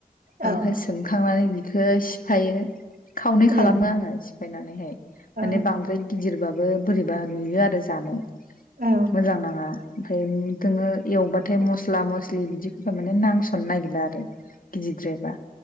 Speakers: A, on the left (about 70°); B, on the right (about 80°).
A: ओमफाय
B: औ
A: सोमखांनानै बिदि बेखो सिफायो खावनै
B: उम
A: खालामो आङो फायनानैहाय
B: औ
A: माने बांद्राय गिदिर बोरैबाबो बोरैबा नुयो आरो जानो
B: औ
A: मोजां नाङा ओम दोङो एवबाथाय मस स्ला मस्लि बिदिफोरा माने नांस नो नागिरला आरो गिदिरद्रायबा।